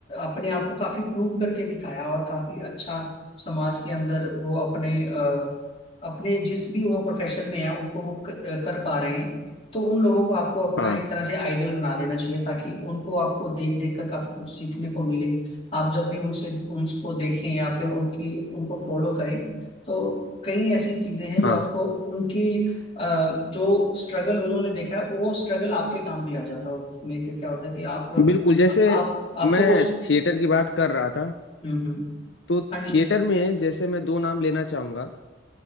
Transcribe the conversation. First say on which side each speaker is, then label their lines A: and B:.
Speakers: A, on the left; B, on the left.
A: अपने आप को काफी प्रूव करके दिखाया और काफी अच्छा समाज के अंदर वो अपने अ, अपने जिस भी वो प्रोफेशन में है उसको वो कर, कर पा रहे हैं तो उन लोगों को आपको अपना
B: हाँ
A: एक तरह से आइडियल बना लेना चाहिए ताकि उनको आपको देख देख कर काफी कुछ सीखने को मिले आप जब भी उनसे उनको देखें या फिर उनकी उनको फॉलो करें तो कई ऐसी चीजें हैं जो
B: हाँ
A: आपको उनकी अ, जो स्ट्रगल उन्होंने देखा है वो स्ट्रगल आपके काम भी आ जाता है उसमें से क्या होता है कि आप
B: बिल्कुल जैसे
A: आप आपको
B: मैं
A: वो
B: थिएटर की बात कर रहा था
A: हम्म हम्म
B: तो
A: हाँ जी
B: थिएटर में जैसे मैं दो नाम लेना चाहूंगा